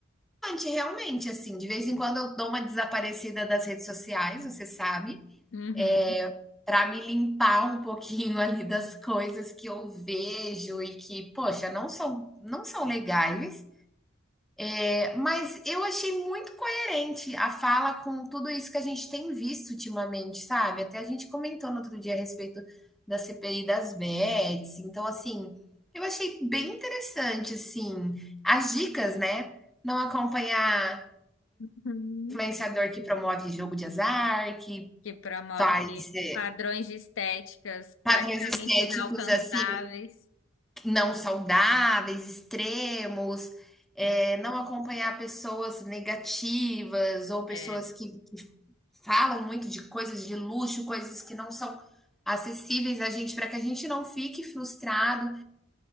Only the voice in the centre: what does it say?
realmente, assim, de vez em quando eu dou uma desaparecida das redes sociais, você sabe,
eh, pra me limpar um pouquinho <laughs> ali das coisas que eu vejo e que, poxa, não são não são legais, eh, mas eu achei muito coerente a fala com tudo isso que a gente tem visto ultimamente, sabe. Até a gente comentou no outro dia a respeito da CPI das Bets, então, assim, eu achei bem interessante, assim, as dicas, né, não acompanhar
influenciador que promove jogo de azar, que
faz é,
padrões
estéticos
assim não saudáveis, extremos, é,
não acompanhar pessoas negativas ou pessoas
que, que falam muito de coisas de luxo, coisas que não são acessíveis a gente, para que a gente não fique frustrado